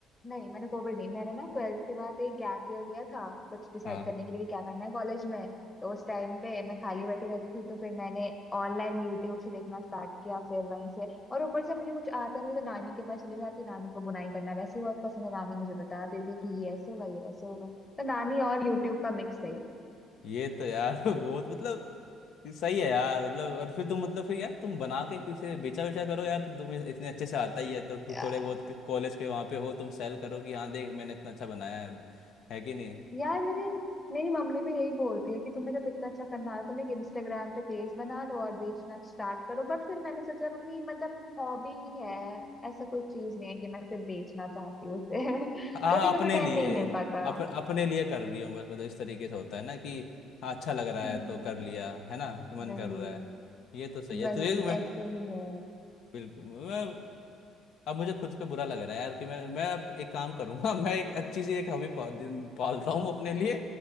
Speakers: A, on the left; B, on the left.
A: नहीं मैंने कोविड नहीं मैंने ना ट्वेल्थ के बाद एक गैप ईयर लिया था कुछ डिसाइड
B: हाँ
A: करने के लिए कि क्या करना है कॉलेज में तो उस टाइम पे मैं खाली बैठी रहती थी तो फिर मैंने ऑनलाइन यूट्यूब से देखना स्टार्ट किया फिर वहीं से और ऊपर से मुझे कुछ आता नहीं तो नानी के पास चले जाती नानी को बुनाई करना वैसे ही बहुत पसंद है नानी मुझे बता देती कि ये ऐसे होगा ये वैसे होगा तो नानी और यूट्यूब का मिक्स है
B: ये तो यार <laughs> बहुत मतलब ये सही है यार मतलब और फिर तुम मतलब फिर यार तुम बना के किसे बेचा बेचा करो यार तुम तुम्हें इतने अच्छे से आता ही है तो थो-
A: ये
B: थोड़े बहुत कॉलेज के वहाँ पे हो तुम सेल करो कि हाँ देख मैंने इतना अच्छा बनाया है है कि नहीं
A: यार मेरी मेरी मम्मी भी यही बोलती है कि तुम्हें जब इतना अच्छा करना आ रहा है, तुम एक इंस्टाग्राम पे पेज बना लो और बेचना स्टार्ट करो बट फिर मैंने सोचा मम्मी मतलब हॉबी ही है ऐसा कोई चीज नहीं है कि मैं सिर्फ बेचना चाहती हूँ उसे <laughs>
B: हाँ
A: कभी कभी
B: अपने
A: टाइम
B: लिए
A: नहीं मिल पाता
B: अप, अपने लिए कर रही हूँ बस मतलब इस तरीके से होता है ना कि हाँ अच्छा लग
A: हम्म
B: रहा है तो कर लिया है ना मन
A: वही
B: कर रहा है ये तो सही है
A: वही
B: तो ये मैं
A: ऐसे ही है
B: बिल्कुल मैं अब मुझे खुद पे बुरा लग रहा है यार कि मैं मैं अब एक काम करूंगा <laughs> मैं एक अच्छी सी एक हॉबी पालता हूँ अपने लिए